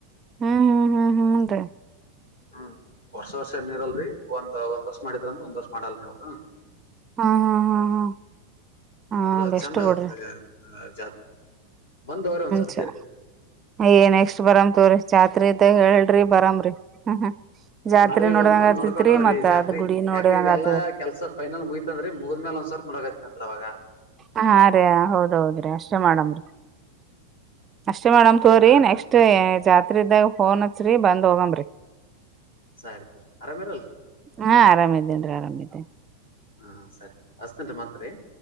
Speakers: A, on the right; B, on the left.
A: ಹ್ಮ್ ಹ್ಮ್ ಹ್ಮ್ ಹ್ಮ್ನ್ರಿ
B: ಹ್ಮ್ ವರ್ಷ ವರ್ಷ ಏನ ಇರಲ್ರಿ ಒಂದ್ ಒಂದ್ ವರ್ಷ ಮಾಡಿದ್ರ ಒಂದ್ ವರ್ಷ ಮಾಡಲ್ರರಿ ಅವ್ರ.
A: ಹಾ ಹಾ ಹಾ ಹಾ
B: ಅಂದ್ರ
A: ಹಾ ಬೆಸ್ಟ್
B: ಚಂದ್ ಆಗುತ್ತೆ.
A: ಬಿಡ್ರಿ
B: ಹ ಜಾತ್ ಬಂದ ಹೋಗ್ರಿ ಒಂದಸರ್.
A: ಛ್ ಅಯ ನೆಕ್ಸ್ಟ್ ಬರಾಮ ತವ್ರಿ ಜಾತ್ರಿ ಇದ್ದ ಹೇಳ್ರಿ ಬರಮ್ರಿ. ಹ್ಮ್ ಹ್ಮ್ ಜಾತ್ರೆ
B: ನಡುವಿಗ್
A: ನೋಡಿದಂಗ
B: ಒಂದ್ ಬಂದ್
A: ಆತತ್ರಿ
B: ನೋಡ್ಕೊಂಡ್ ಹೋಗ್ರಿ
A: ಮತ್ತತ್
B: ಜಾತ್ರಿ
A: ಅದ್ ಗುಡಿ ನೋಡಿದಂಗ
B: ಯಾಕ ಇದೆಲ್ಲಾ
A: ಆತದರಿ.
B: ಕೆಲ್ಸ ಪೈನಲ್ ಮುಗಿತ ಅಂದ್ರ ಮುಗಿದ್ಮೇಲೆ ಒಂದ್ಸರ್ ನೋಡೈತಿ ಅಂತರ್ ಅವಾಗ.
A: ಹ ಹಾ ರೀ ಹೌದೌದ್ರಿ ಅಷ್ಟೇ ಮಾಡಮ್ರೀ ಅಷ್ಟೇ ಮಾಡಮ ತೋರಿ
B: ಆರಾಮ್
A: ನೆಕ್ಸ್ಟ್. ಜಾತ್ರೆ ಇದ್ದಾಗ ಫೋನ್ ಹಚ್ರಿ ಬಂದ್ ಹೋಗಂಬ್ರಿ.
B: ಸರಿ ಆರಾಮಿರಲ್
A: ಹಾ ಆರಾಮಿದ್ದೇನ್ರಿ ಆರಾಮ ಇದ್ದೇನ್.
B: ಹಾ ಸರಿ ಅಸ್ನಂಟ ಮಾತ್ರಿ.